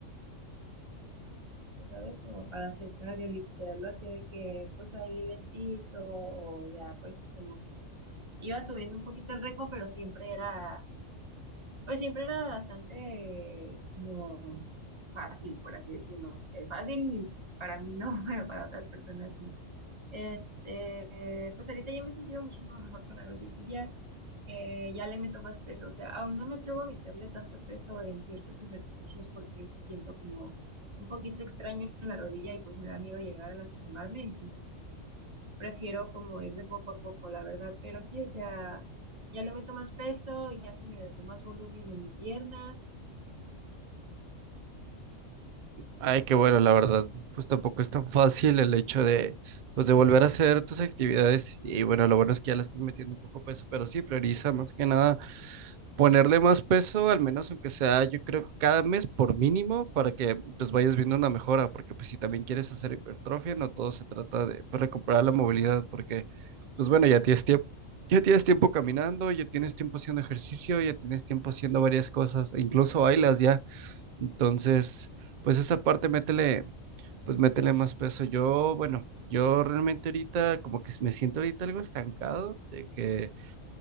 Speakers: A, on the right; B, on the right.
A: ¿sabes? Como para hacer cardio, literal, lo hacía de que, pues ahí lentito, o ya, pues como que iba subiendo un poquito el ritmo, pero siempre era Pues siempre era bastante como fácil, por así decirlo. Eh, fácil para mí no, <laughs> pero para otras personas sí. Este, pues ahorita ya me he sentido muchísimo mejor con la rodilla. Eh, ya le meto más peso. O sea, aún no me atrevo a meterle tanto peso en ciertos ejercicios porque se siento como un poquito extraño en la rodilla y pues me da miedo llegar a lastimarme. Entonces, pues prefiero como ir de poco a poco, la verdad, pero sí, o sea, ya le meto más peso y ya se me da más volumen en mi pierna.
B: Ay, qué bueno, la verdad, pues tampoco es tan fácil el hecho de, pues de volver a hacer tus actividades. Y bueno, lo bueno es que ya le estás metiendo un poco peso, pero sí, prioriza más que nada ponerle más peso, al menos aunque sea, yo creo, cada mes por mínimo, para que pues vayas viendo una mejora, porque pues si también quieres hacer hipertrofia, no todo se trata de pues, recuperar la movilidad, porque pues bueno, ya tienes tiempo, ya tienes tiempo caminando, ya tienes tiempo haciendo ejercicio, ya tienes tiempo haciendo varias cosas, e incluso bailas ya. Entonces, pues esa parte métele, pues métele más peso. Yo, bueno, yo realmente ahorita como que me siento ahorita algo estancado, de que